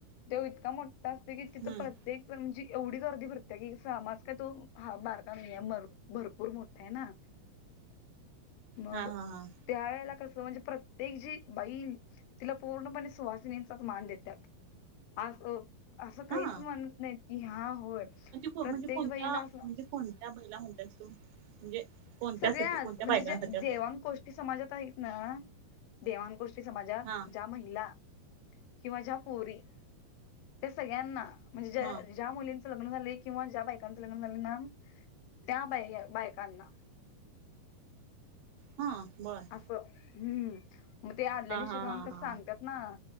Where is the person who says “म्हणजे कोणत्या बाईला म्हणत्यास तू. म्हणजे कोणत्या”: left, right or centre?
Right